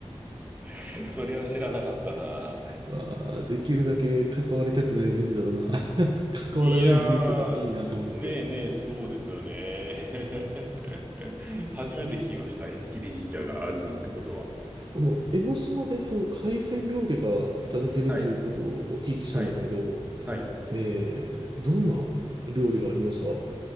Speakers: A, on the right (about 15°); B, on the right (about 45°).
A: <laughs> それは知らなかったな。
B: わあできるだけ関わりたくない神社だな。<laughs> 関わらない人生だといいなと思うんですけど。
A: いやー、ねえねえ、そうですよね。<laughs> 初めて聞きました。縁切り神社があるなんてことは。
B: あの、江ノ島でその海鮮料理がいただけるということをお聞きしたんですけど、
A: はい、はい、はい。
B: えー、どんな料理がありました